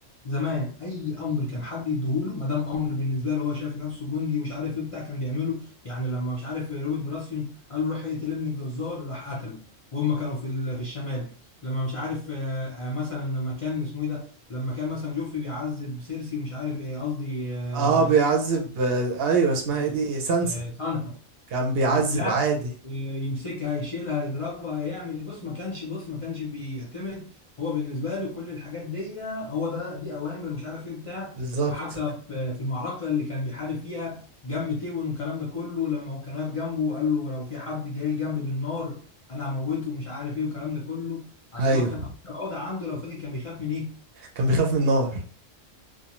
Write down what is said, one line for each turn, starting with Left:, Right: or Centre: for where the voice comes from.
Left: زمان اي امر كان حد يديهوله ما دام امر بالنسبه له هو شايف نفسه جندي ومش عارف ايه بتاع كان بيعمله يعني لما مش عارف روبرت براسيون قال له روح اقتل ابن الجزار راح قتله وهم كانوا في ال- في الشمال لما مش عارف آه، آه، مثلا لما كان اسمه ايه ده لما كان مثلا جوفري بيعذب سيرسي ومش عارف ايه قصدي آه،
Right: اه
Left: لا،
Right: بيعذب آه، ايوه اسمها
Left: <laughs>
Right: ايه دي سانسا
Left: آه، سانسا
Right: كان بيعذب
Left: وبتاع
Right: عادي
Left: يمسكها يشيلها يضربها يعمل بص ما كانش بص ما كانش بيعتمد هو بالنسبه له كل الحاجات دي هو ده دي اوامر مش عارف ايه بتاع
Right: بالظبط
Left: وحتى في في المعركه اللي كان بيحارب فيها جنب تيون والكلام ده كله لما هو كان واقف جنبه وقال له لو في حد جاي جنبي بالنار انا هموته ومش عارف ايه والكلام ده كله عشان
Right: ايوه
Left: هو كان اكتر عقده عنده لو فاكر كان بيخاف من ايه
Right: كان بيخاف من النار